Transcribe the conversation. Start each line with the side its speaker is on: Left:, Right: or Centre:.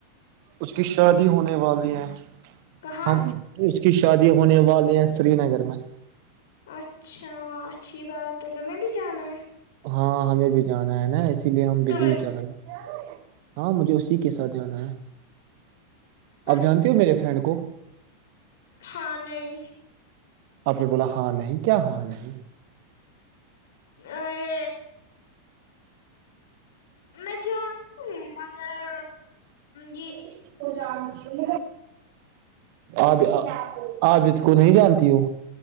Right: اس کی شادی ہونے والی ہے
Left: کہاں
Right: ہم اس کی شادی ہونے والے ہیں سری نگر میں
Left: اچھا اچھی بات ہے تمہیں بھی جانا ہے
Right: ہاں ہمیں بھی جانا ہے نا اسی لیے ہم بزی
Left: تمہیں
Right: ہی چل رہے ہاں مجھے اسی کے ساتھ جانا ہے آپ
Left: اچھ-
Right: جانتی ہو میرے فرینڈ کو
Left: ہاں نہیں
Right: آپ نے بولا ہاں نہیں کیا ہاں نہیں
Left: ا یہ میں جانتی ہوں مگر یہ
Right: اسی کو
Left: ہوں
Right: جانتی آپ آپ جت کو نہیں جانتی ہو